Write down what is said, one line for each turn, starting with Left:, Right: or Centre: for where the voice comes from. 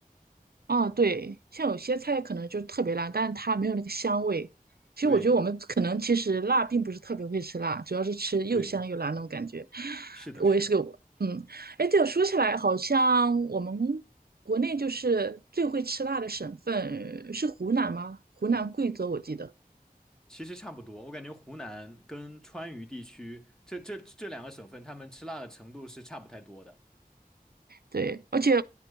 Right: 啊，对，像有些菜可能就特别辣，但是它没有那个香味。其实我觉得我们可能其实辣并不是特别会吃辣，
Centre: 对
Right: 主要是吃又香又辣那种感觉。
Centre: 对。是的，
Right: 我也是个我，
Centre: 是的，
Right: 嗯，哎，对，我说起来，好像我们国内就是最会吃辣的省份是湖南吗？湖南、贵州，我记得。
Centre: 其实差不多。我感觉湖南跟川渝地区这这这两个省份，他们吃辣的程度是差不太多的。
Right: 对，而且